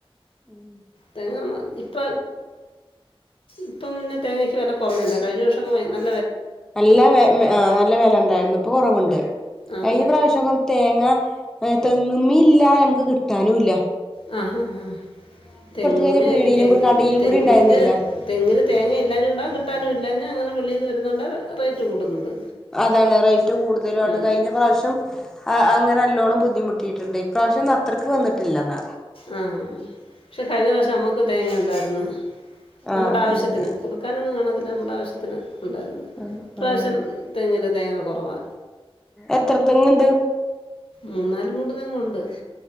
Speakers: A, in the centre; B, on the left.
A: ഉം
B: തേങ്ങ <unintelligible> ഇപ്പൊ ഇപ്പം പിന്നെ തേങ്ങക്ക് വില കുറഞ്ഞല്ലോ കഴിഞ്ഞ വർഷം <unintelligible>
A: നല്ല വെ <unintelligible> ആ നല്ല വെല ഉണ്ടായിരുന്നു ഇപ്പൊ കുറവുണ്ട്
B: ആ
A: കഴിഞ്ഞ പ്രാവശ്യം ഒക്കെ തേങ്ങ തെങ്ങ്മ്മീല്ലാ നമുക്ക് കിട്ടാനുംല്ല
B: ഹാ ഹ ഹാ തെങ്ങ്മ്മേ
A: കഴിഞ്ഞാൽ പീടിയിലും കൂടി കടയിലും
B: തെങ്ങില്
A: കൂടി ഉണ്ടായിരുന്നില്ല
B: തെങ്ങില് തേങ്ങ ഇല്ലാഞ്ഞ <unintelligible> കിട്ടാനും ഇല്ലാഞ്ഞ അങ്ങനെ വെളീന്ന് <unintelligible> <unintelligible> റേറ്റ് കൂടുന്നത്
A: അതാണ് റേറ്റ് കൂടുതലും ആണ്
B: ഉം.
A: കഴിഞ്ഞ പ്രാവശ്യം അ അങ്ങനെ നല്ലോണം ബുദ്ധിമുട്ട് മുട്ടിയിട്ടുണ്ട് ഇപ്രാവശ്യംന്ന അത്രക്ക് വന്നിട്ടില്ലന്ന
B: ആ പക്ഷെ കഴിഞ്ഞ പ്രാവശ്യം നമുക്ക് തേങ്ങ ഉണ്ടായിരുന്നു
A: ആഹ്
B: നമ്മുടെ ആവശ്യത്തിന്
A: ആഹ്
B: കൊടുക്കാനൊന്നും കാണത്തി അത്‌ നമ്മുടെ ആവശ്യത്തിന് ഉണ്ടായിരുന്നു
A: ആഹ്
B: ഇപ്രാവശ്യം
A: ആഹ്
B: തെങ്ങില് തേങ്ങ കൊറവാ
A: എത്ര തെങ്ങ്ണ്ട്
B: മൂന്നാല് മൂട് തെങ്ങുണ്ട്